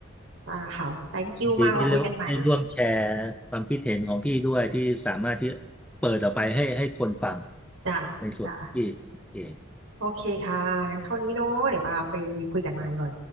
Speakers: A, on the right (about 70°); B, in the centre.
A: อ่าค่ะ thank you
B: ดีที่เรียกว่าได้ร่วมแชร์ความคิดเห็นของพี่ด้วยที่สามารถที่
A: มากเราคุยกันใหม่
B: เปิดออกไปให้ให้คนฟัง
A: จ้ะจ้ะ
B: ในส่วนที่เอง
A: โอเคค่ะงั้นเท่านี้เนาะเดี๋ยวปาไปคุยกับนายก่อน